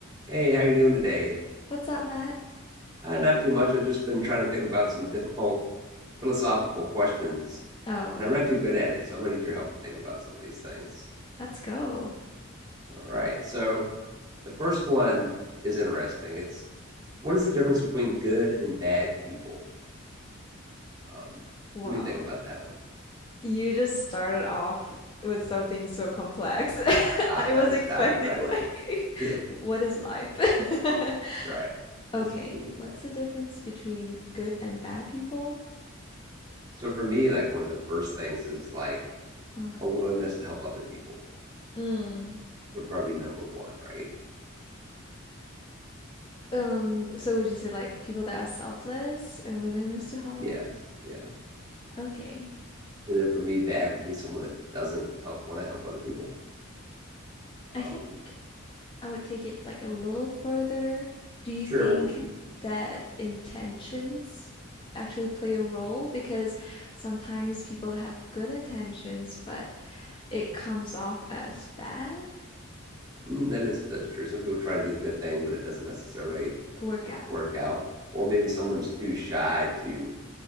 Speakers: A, on the right; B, on the left.
A: Hey, how you doing today?
B: What's up, Matt?
A: Uh, not too much. I've just been trying to think about some difficult philosophical questions,
B: Oh,
A: and I'm not too good at it, so I'm gonna need your help to think about some of these things.
B: let's go.
A: All right. So the first one is interesting. It's what is the difference between good and bad people? Um,
B: Wow.
A: what do you think about that one?
B: You just started off with something so complex. <laughs>
A: Ah,
B: I
A: now
B: was
A: just
B: expecting,
A: diving right
B: like,
A: in. <laughs> Yeah,
B: <laughs> what is life? <laughs>
A: right.
B: Okay,
A: What's the meaning of
B: what's
A: life?
B: the difference between good and bad people?
A: So for me, like one of the first things is like
B: Ugh.
A: a willingness to help other people
B: Mm.
A: would probably be number one, right?
B: Um, so would you say, like, people that are selfless and willingness to help?
A: Yes, yeah.
B: Okay.
A: And then for me, bad would be someone that doesn't help want to help other people.
B: I
A: Um,
B: think. I would take it like a little further. Do you
A: sure,
B: think
A: what would you?
B: that intentions actually play a role? Because sometimes people have good intentions, but it comes off as bad
A: Mm, that is that's true. Some people try to do the good thing, but it doesn't necessarily
B: workout.
A: work out. Or maybe someone's too shy to